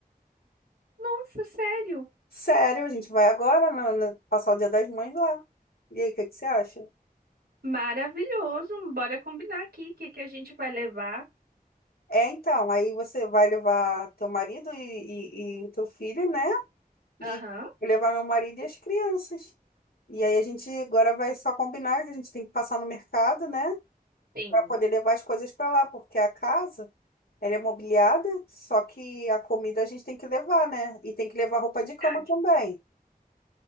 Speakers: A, on the right; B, on the left.
A: nossa, sério?
B: Sério, a gente vai agora na- na- passar o Dia das Mães lá. E aí, o que que você acha?
A: Maravilhoso. Bora combinar aqui o que que a gente vai levar.
B: É, então, aí você vai levar teu marido e, e, e teu filho, né? e
A: Aham,
B: levar meu marido e as crianças. E aí a gente agora vai só combinar que a gente tem que passar no mercado, né,
A: Sim.
B: para poder levar as coisas para lá, porque a casa, ela é mobiliada, só que a comida a gente tem que levar, né? E tem que levar roupa de cama
A: verdade.
B: também.